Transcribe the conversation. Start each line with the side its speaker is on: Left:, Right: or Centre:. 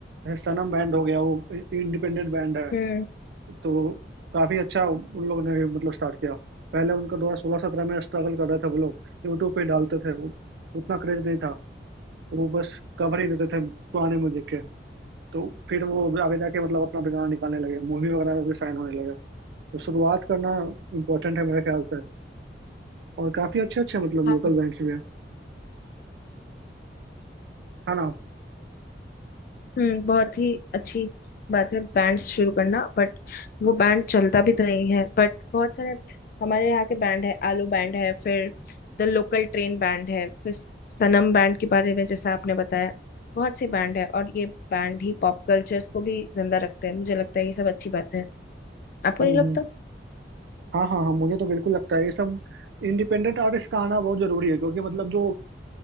Right: जैसे सनम बैंड हो गया वो इंडिपेंडेंट बैंड है
Left: हम्म,
Right: तो काफी अच्छा उन लोगों ने भी मतलब स्टार्ट किया पहले उनका 2016-17 में स्ट्रगल कर रहे थे वो लोग यूट्यूब पे डालते थे वो उतना क्रेज नहीं था वो बस कवर ही देते थे पुराने म्यूजिक के तो फिर वो आगे जाके मतलब अपना भी गाना निकालने लगे मूवी वगैरह में भी साइन होने लगे तो शुरुआत करना इम्पोर्टेंट है मेरे ख्याल से और काफी अच्छे अच्छे मतलब
Left: हाँ
Right: लोकल बैंड्स भी हैं है ना
Left: हम्म बहुत ही अच्छी बात है बैंड शुरू करना बट वो बैंड चलता भी तो नहीं है बट बहुत सारे हमारे यहाँ के बैंड है आलू बैंड है फिर द लोकल ट्रेन बैंड है फिर सनम बैंड के बारे में जैसा आपने बताया बहुत से बैंड है और ये बैंड ही पॉप कल्चर्स को भी जिंदा रखते हैं मुझे लगता है ये सब अच्छी बात है आपको
Right: हम्म
Left: नहीं लगता
Right: हम्म हाँ हाँ हाँ मुझे तो बिल्कुल लगता है ये सब इंडिपेंडेंट आर्टिस्ट का आना बहुत जरूरी है क्योंकि मतलब जो